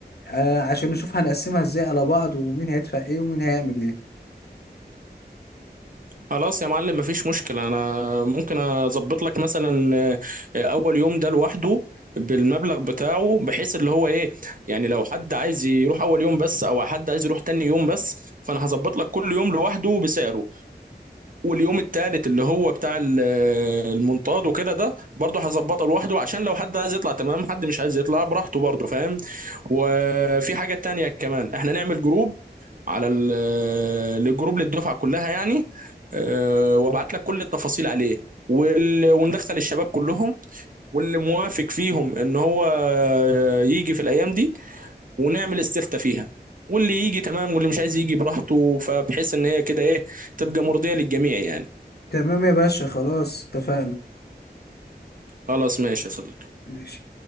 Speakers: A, on the left; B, on the right.
A: آه عشان نشوف هنقسمها ازاي على بعض ومين هيدفع ايه ومين هيعمل ايه
B: خلاص يا معلم مفيش مشكلة أنا ممكن أظبط لك مثلا آه، أول يوم ده لوحده بالمبلغ بتاعه بحيث اللي هو إيه يعني لو حد عايز يروح أول يوم بس أو حد عايز يروح تاني يوم بس فأنا هظبط لك كل يوم لوحده بسعره واليوم التالت اللي هو بتاع ال- المنطاد وكده ده برضه هظبطه لوحده عشان لو حد عايز يطلع تمام حد مش عايز يطلع براحته برضه فاهم وفي حاجة تانية كمان احنا نعمل جروب على ال- الجروب للدفعة كلها يعني اه، وابعت لك كل التفاصيل عليه وال- وندخل الشباب كلهم واللي موافق فيهم ان هو يجي في الايام دي ونعمل استفتاء فيها واللي يجي تمام واللي مش عايز يجي براحته فبحيث ان هي كده ايه تبقى مرضية للجميع يعني
A: تمام يا باشا خلاص اتفقنا
B: خلاص ماشي يا صديقي
A: ماشي